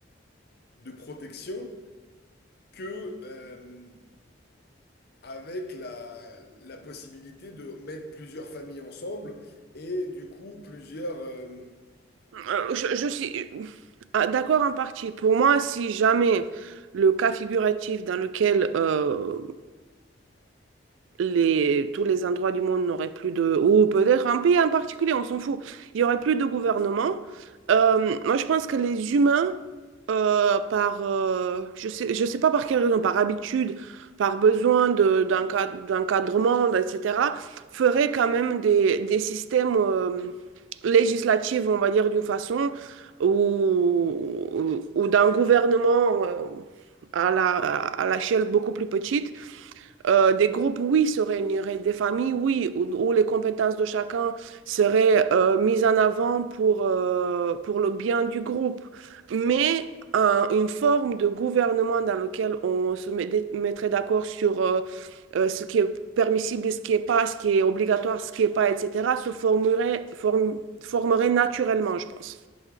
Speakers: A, on the left; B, on the right.
A: de protection que euh, avec la, la possibilité de mettre plusieurs familles ensemble et du coup plusieurs... euh,
B: Euh, je, je suis euh, ah, d'accord en partie. Pour moi, si jamais le cas figuratif dans lequel... euh, les, tous les endroits du monde n'auraient plus de... Ou peut-être un pays en particulier, on s'en fout. Il n'y aurait plus de gouvernement. Euh, moi, je pense que les humains, euh, par... euh, je sais, je sais pas par quelle raison, par habitude, par besoin de, d'un cad- d'encadrement, etc., feraient quand même des, des systèmes euh, législatifs, on va dire, d'une façon, ou, ou, ou d'un gouvernement... euh, à la, à l'échelle beaucoup plus petite, euh, des groupes, oui, se réuniraient, des familles, oui, où, où les compétences de chacun seraient euh, mises en avant pour, euh, pour le bien du groupe. Mais un- une forme de gouvernement dans lequel on se met- dé- mettrait d'accord sur euh, euh, ce qui est permissible et ce qui est pas, ce qui est obligatoire, ce qui est pas, etc., se formerait, form- formerait naturellement, je pense.